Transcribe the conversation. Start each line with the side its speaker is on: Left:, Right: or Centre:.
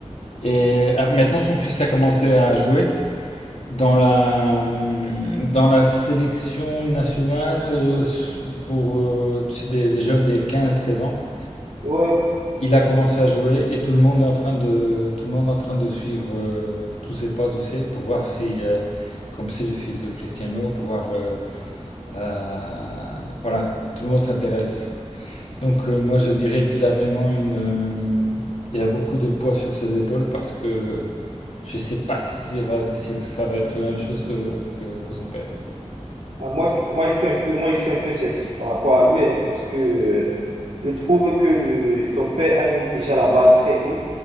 Left: Et ah, maintenant, son fils a commencé à jouer dans la, hum, dans la sélection nationale euh, pour euh, tu sais, des, des jeunes des quinze, seize ans.
Right: Ouais, ouais.
Left: Il a commencé à jouer et tout le monde est en train de, tout le monde est en train de suivre euh, tous ses pas, tu sais, pour voir si, euh, comme c'est le fils de Cristiano, pour voir, euh, euh, voilà, tout le monde s'intéresse. Donc euh, moi je dirais qu'il a vraiment une, euh, il a beaucoup de poids sur ses épaules parce que je sais pas si, ça va, si ça va être la même chose que, que, que son père.
Right: Ah, moi, je- moi, je suis un peu, moi, je suis un peu sceptique par rapport à lui, hein, parce que euh, Je trouve que le, son père a mis déjà la barre très haute